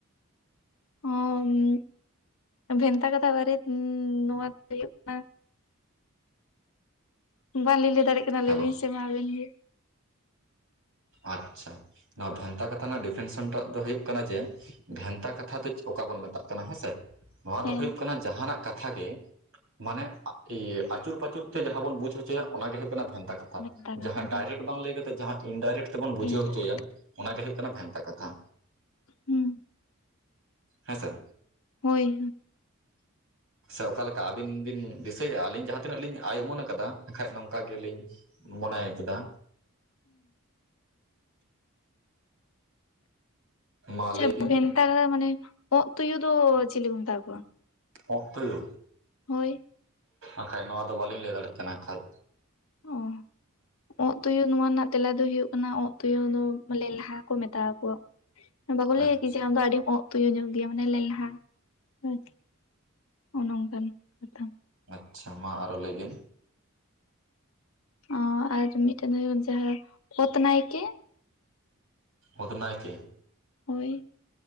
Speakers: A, on the left; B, on the right.
A: ᱚᱻ ᱵᱷᱮᱱᱛᱟ ᱠᱟᱛᱷᱟ ᱵᱟᱨᱮ ᱱᱚᱣᱟ ᱫᱚ ᱦᱳᱭᱳᱜ ᱠᱟᱱᱟ ᱵᱟᱝᱞᱤᱧ ᱞᱟᱹᱭ ᱫᱟᱲᱮᱜ ᱠᱟᱱᱟ, ᱞᱟᱹᱭ
B: ᱦᱮᱞᱳ
A: ᱵᱤᱱ ᱥᱮᱢᱟ ᱟᱹᱵᱤᱱ ᱜᱮ᱾
B: ᱟᱪᱪᱷᱟ ᱱᱚᱣᱟ ᱵᱷᱮᱱᱛᱟ ᱠᱟᱛᱷᱟ ᱨᱮᱱᱟᱜ ᱰᱤᱯᱷᱮᱱᱥᱮᱱ ᱴᱟᱜ ᱫᱚ ᱦᱩᱭᱩᱜ ᱠᱟᱱᱟ ᱡᱮ᱾ ᱵᱷᱮᱱᱛᱟ ᱠᱟᱛᱷᱟ ᱫᱚ ᱚᱠᱟ ᱵᱚᱱ ᱢᱮᱛᱟᱜ ᱠᱟᱱᱟ ᱦᱮᱸᱥᱮ᱾ ᱱᱚᱣᱟ
A: ᱦᱮᱸ
B: ᱫᱚ ᱦᱳᱭᱳᱜ ᱠᱟᱱᱟ ᱡᱟᱦᱟ ᱱᱟᱜ ᱠᱟᱛᱷᱟ ᱜᱮ ᱢᱟᱱᱮ ᱤᱭᱟᱹ ᱟᱪᱩᱨ ᱯᱪᱩᱨ ᱛᱮ ᱡᱟᱦᱟᱸ ᱵᱚᱱ ᱵᱩᱡ ᱦᱚᱪᱚᱭᱟ ᱚᱱᱟ ᱜᱮ ᱦᱳᱭᱳᱜ ᱠᱟᱱᱟ ᱵᱷᱮᱱᱛᱟ ᱠᱟᱛᱷᱟ᱾
A: ᱵᱷᱮᱱᱛᱟ
B: ᱡᱟᱦᱟᱸ
A: ᱠᱟᱛᱷᱟ
B: ᱰᱟᱭᱨᱮᱠᱴ
A: ᱦᱮᱸ
B: ᱵᱟᱝ ᱞᱟᱹᱭ ᱠᱟᱛᱮ, ᱡᱟᱦᱟᱸ ᱤᱱᱰᱟᱭᱨᱮᱠᱴ ᱛᱮᱵᱚᱱ ᱵᱩᱡᱷᱟᱹᱣ
A: ᱦᱮᱸ
B: ᱦᱚᱪᱚᱭᱟ ᱚᱱᱟ ᱜᱮ ᱦᱩᱭᱩᱜ ᱠᱟᱱᱟ ᱵᱷᱮᱱᱛᱟ ᱠᱟᱛᱷᱟ
A: ᱦᱩᱸ
B: ᱦᱮᱸᱥᱮ᱾
A: ᱦᱳᱭ
B: ᱥᱮ ᱚᱠᱟ ᱞᱮᱠᱟ ᱟᱹᱵᱤᱱ ᱵᱤᱱ ᱫᱤᱥᱟᱹᱭᱮᱜᱼᱟ, ᱟᱹᱞᱤᱧ ᱡᱟᱦᱟᱸ ᱛᱤᱱᱟᱹᱜ ᱞᱤᱧ ᱟᱭᱢᱟᱱ ᱠᱟᱫᱟ ᱠᱷᱟᱡ ᱱᱚᱝᱠᱟ ᱜᱮᱞᱤᱧ ᱢᱚᱱᱮᱭ ᱠᱮᱫᱟ᱾ ᱢᱟ ᱞᱟᱹᱭ
A: ᱪᱮᱜ
B: ᱵᱤᱱ
A: ᱵᱷᱮᱱᱛᱟ ᱢᱟᱱᱮ ᱚᱸᱜ ᱛᱩᱭᱩ ᱫᱚ ᱪᱮᱞᱮ ᱠᱚ ᱢᱮᱛᱟ ᱠᱚᱣᱟ᱾
B: ᱚᱸᱜ ᱛᱚᱭᱳ
A: ᱦᱳᱭ
B: ᱟᱠᱷᱟᱡ ᱱᱚᱣᱟ ᱫᱚ ᱵᱟᱹᱞᱤᱧ ᱞᱟᱹᱭ ᱫᱟᱲᱮᱭᱟᱜ ᱠᱟᱱᱟ ᱟᱠᱷᱟᱡ᱾
A: ᱚᱻ ᱟᱸᱜ ᱛᱩᱭᱩ ᱱᱚᱣᱟ ᱨᱮᱱᱟᱜ ᱛᱮᱞᱟ ᱫᱚ ᱦᱩᱭᱩᱜ ᱠᱟᱱᱟ ᱚᱸᱜ ᱛᱳᱭᱳ ᱫᱚ ᱵᱚᱞᱮ ᱞᱟᱦᱟ ᱠᱚ ᱢᱮᱛᱟ ᱠᱚᱣᱟ᱾ ᱵᱟᱠᱚ
B: ᱟᱪᱪᱷᱟ
A: ᱞᱟᱹᱭᱟ ᱠᱤ ᱡᱮ ᱟᱢ ᱫᱚ ᱟᱹᱰᱤ <unintelligible> ᱛᱩᱭᱩ ᱧᱚᱜ ᱜᱮᱭᱟ ᱢᱟᱱᱮ ᱞᱮᱞᱦᱟ ᱟᱨᱠᱤ ᱱᱚᱝᱠᱟᱱ ᱠᱟᱛᱷᱟᱼᱼ
B: ᱟᱪᱪᱷᱟ ᱢᱟ ᱟᱨᱦᱚ ᱞᱟᱹᱭ ᱵᱤᱱ
A: ᱚᱸ ᱟᱨ ᱢᱤᱫᱴᱮᱱ ᱦᱩᱭᱩᱜ ᱡᱟᱦᱟᱸ ᱚᱛ ᱱᱟᱭᱠᱮ
B: ᱚᱛ ᱱᱟᱭᱠᱮ
A: ᱦᱳᱭ